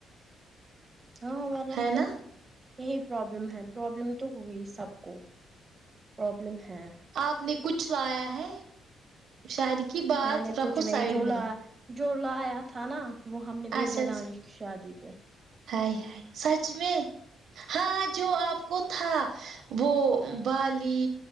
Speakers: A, on the right (about 25°); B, on the right (about 65°).
A: ہاں ورنہ
B: ہے
A: کیا
B: نا
A: یہی پرابلم ہے پرابلم تو ہوئی سب کو پرابلم ہے
B: آپ نے کچھ لایا ہے شادی کی بات
A: میں نے کچھ
B: رکھو
A: نہیں
B: سائڈ
A: جو لایا
B: میں
A: جو لایا تھا نا وہ ہم نے بھیجا
B: اچھا
A: دانش کی شادی پہ
B: ہائے ہائے سچ میں ہاں جو آپ کو تھا وہ بالی